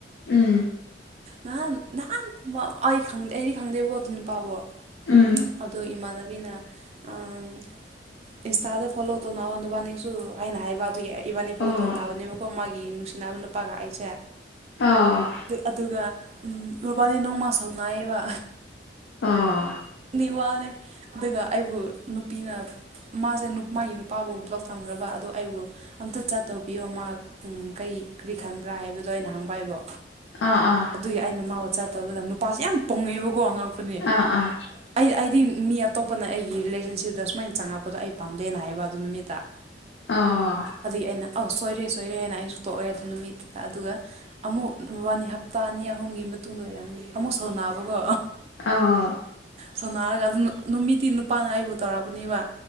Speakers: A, on the left; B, on the right.
A: ꯎꯝ
B: ꯅꯍꯥꯟ ꯅꯍꯥꯟ ꯑꯩ ꯈꯪꯗꯦ ꯑꯩꯗꯤ ꯈꯪꯗꯦꯕꯣ ꯑꯗꯨꯅ ꯄꯥꯕꯣ
A: ꯎꯝ
B: ꯑꯗꯨ ꯏꯃꯥꯟꯅꯕꯤꯅ ꯑꯪ ꯏꯟꯁꯇꯥꯗ ꯐꯣꯂꯣ ꯇꯧꯅꯧꯋꯣ ꯅꯕꯥꯅꯤꯁꯨ ꯑꯩꯅ ꯍꯥꯏꯕ ꯑꯗꯨꯒꯤ ꯑꯩ ꯏꯕꯥꯅꯤ ꯐꯣꯂꯣ
A: ꯑꯣ
B: ꯇꯧ ꯅꯥꯅꯕꯅꯦꯕꯀꯣ ꯃꯥꯒꯤ ꯅꯨꯡꯁꯤꯅꯕ ꯅꯨꯄꯥꯒ ꯑꯩꯁꯦ
A: ꯑꯣ ꯫
B: ꯑꯗꯨꯒ ꯕꯕꯥꯅꯤ ꯅꯣꯡꯃ ꯁꯧ ꯅꯥꯏꯌꯦꯕ
A: ꯑꯥ
B: ꯃꯤ ꯋꯥꯅꯤ ꯑꯗꯨꯒ ꯑꯩꯕꯨ ꯅꯨꯄꯤꯅ ꯃꯥꯁꯦ ꯅꯨ ꯃꯥꯒꯤ ꯅꯨꯄꯥꯕꯨ ꯕ꯭ꯂꯣꯛ ꯊꯝꯈ꯭ꯔꯥꯕ ꯑꯗꯣ ꯑꯩꯕꯨ ꯑꯝꯇ ꯆꯠꯇꯧꯕꯤꯌꯣ ꯃꯥ ꯀꯔꯤ ꯀꯔꯤ ꯈꯟꯕ꯭ꯔꯥ ꯍꯥꯏꯕꯗꯣ ꯑꯩꯅ ꯍꯪꯕ ꯍꯥꯏꯕꯣ
A: ꯑꯥ ꯑꯥ
B: ꯑꯗꯨꯒꯤ ꯑꯩꯅ ꯃꯥꯎ ꯆꯥꯠ ꯇꯧꯕꯗ ꯅꯨꯄꯥꯁꯦ ꯌꯥꯝ ꯄꯣꯡꯉꯦꯕꯀꯣ ꯑꯉꯛꯄꯅꯦ
A: ꯑꯥ ꯑꯥ
B: ꯫ ꯑꯩ ꯑꯩꯗꯤ ꯃꯤ ꯑꯇꯣꯞꯄꯅ ꯑꯩꯒꯤ ꯔꯤꯂꯦꯁꯟꯁꯤꯞꯇ ꯑꯁꯨꯃꯥꯏꯅ ꯆꯪꯉꯛꯄꯗꯣ ꯑꯩ ꯄꯥꯝꯗꯦꯅ ꯍꯥꯏꯕ ꯑꯗꯨ ꯅꯨꯃꯤꯠꯇ ꯫
A: ꯑꯣ ꯫
B: ꯑꯗꯨꯒꯤ ꯑꯩꯅ ꯑꯧ ꯁꯣꯏꯔꯦ ꯁꯣꯏꯔꯦ ꯅ ꯑꯩꯖꯨ ꯇꯣꯛꯔꯦ ꯑꯗꯨ ꯅꯨꯃꯤꯠꯇꯨꯗ ꯑꯗꯨꯒ ꯫ ꯑꯃꯨꯛ ꯃꯕꯥꯅꯤ ꯍꯞꯇꯥ ꯑꯅꯤ ꯑꯍꯨꯝꯒꯤ ꯃꯇꯨꯡꯗ ꯑꯣꯏꯔꯝꯅꯤ ꯑꯃꯨꯛ ꯁꯥꯎꯅꯕꯀꯣ
A: ꯑꯣ
B: ꯁꯣꯅꯔꯒ ꯑꯗꯨꯝ ꯅꯨꯃꯤꯠꯇꯤ ꯅꯨꯄꯥꯅ ꯑꯩꯕꯨ ꯇꯧꯔꯛꯄꯅꯦꯕ